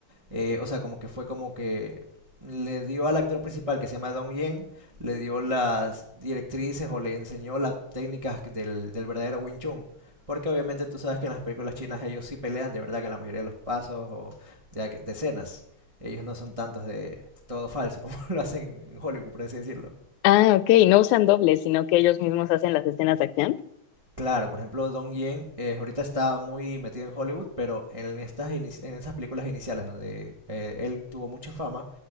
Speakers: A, on the right (about 30°); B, on the left (about 85°).
A: eh, o sea, como que fue como que le dio al actor principal que se llama Dong Yen, le dio las directrices o le enseñó las técnicas que del, del verdadero Wing Chun. Porque obviamente tú sabes que en las películas chinas ellos sí pelean de verdad que en la mayoría de los pasos o de ac- de escenas. Ellos no son tantos de todo falso como <laughs> lo hacen en Hollywood, por así decirlo.
B: Ah, ok, no usan dobles, sino que ellos mismos hacen las escenas de acción.
A: Claro, por ejemplo, Dong Yen eh, ahorita está muy metido en Hollywood, pero en estas, inici- en estas películas iniciales donde eh, él tuvo mucha fama,